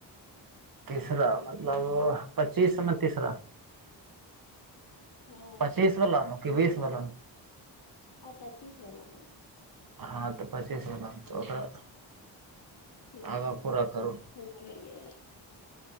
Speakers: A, on the right (about 45°); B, on the left (about 55°).
A: तीसरा मतलब पच्चीस में तीसरा
B: हँ
A: पच्चीस बला मे कि बीस बला मे
B: आ पचीस‌ बला‌ मे
A: हँ तऽ पच्चीसवालमे त ओकरा‌ तऽ
B: ठीके
A: आगाँ
B: होइ‌‌
A: पूरा करू
B: त